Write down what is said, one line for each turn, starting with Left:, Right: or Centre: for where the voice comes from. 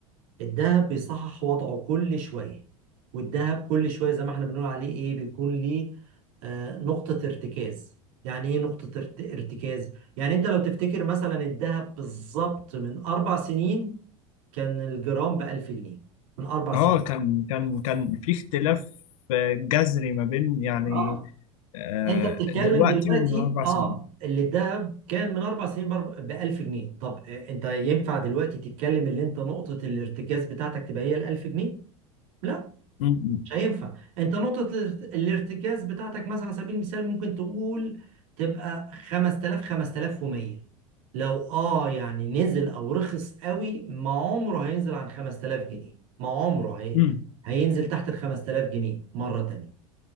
Right: الذهب بيصحح وضعه كل شويه والذهب كل شويه زي ما احنا بنقول عليه ايه بيكون ليه آه نقطه ارتكاز يعني ايه نقطه ارت- ارتكاز يعني انت لو تفتكر مثلا الذهب بالظبط من اربع سنين كان الجرام ب 1000 جنيه من اربع
Left: اه
Right: سنين
Left: كان كان كان في اختلاف آه، جذري ما بين يعني
Right: اه
Left: آه،
Right: انت بتتكلم
Left: دلوقتي
Right: دلوقتي
Left: ومن اربع
Right: اه
Left: سنين
Right: اللي الذهب كان من اربع سنين ب 1000 جنيه طب آه، انت ينفع دلوقتي تتكلم اللي انت نقطة الارتكاز بتاعتك تبقى هي ال 1000 جنيه؟ لا
Left: امم
Right: مش هينفع انت نقطة الارت- الارتكاز بتاعتك مثلا على سبيل المثال ممكن تقول تبقى 5000 5100 لو اه يعني نزل او رخص قوي ما عمره هينزل عن 5000 جنيه ما عمره هي...
Left: امم
Right: هينزل تحت ال 5000 جنيه مرة تانية